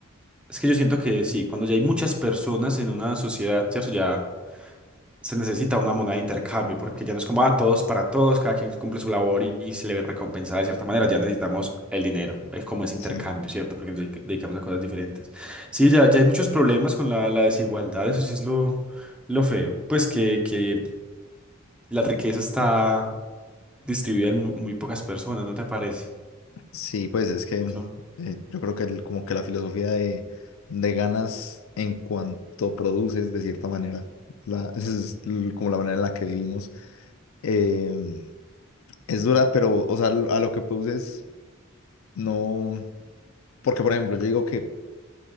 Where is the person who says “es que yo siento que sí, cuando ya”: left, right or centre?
Centre